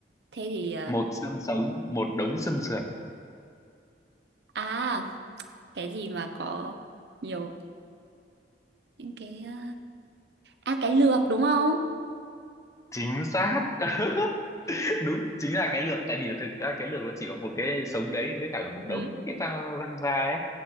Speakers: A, on the right; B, on the left.
A: thế thì ờ,
B: một xương sống một đống xương sườn
A: à cái gì mà có nhiều những cái ờ, à cái lược đúng không
B: chính xác <laughs> đúng chính là cái lược tại vì thực ra cái lược nó chỉ có một cái sống đấy với cả là một
A: <laughs>
B: đống cái răng răng ra ấy